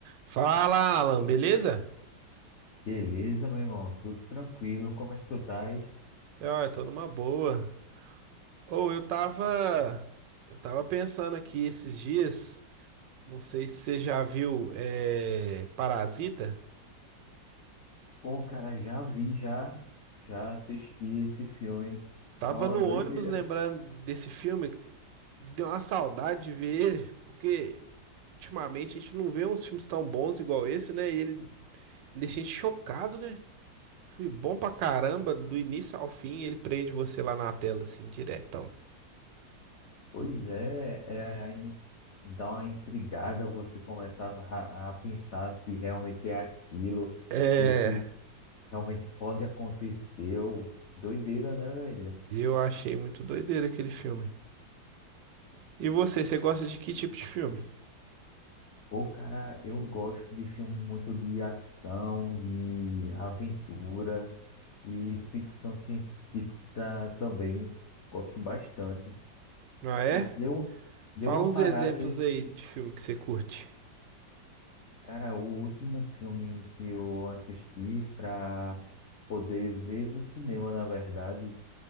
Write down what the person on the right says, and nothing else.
Fala, Alan, beleza?
Ah, Eu tô numa boa. Ou eu tava, eu tava pensando aqui esses dias, não sei se você já viu é, Parasita.
Tava
no
ônibus lembrando desse filme, deu uma saudade de ver ele, porque ultimamente a gente não vê uns filmes tão bons igual esse, né? E ele, ele deixa a gente chocado, né? Foi bom pra caramba, do início ao fim, ele prende você lá na tela, assim, diretão.
É,
eu achei muito doideira aquele filme. E você, você gosta de que tipo de filme?
Ah, é?
Fala
uns
exemplos
aí de filme que você curte.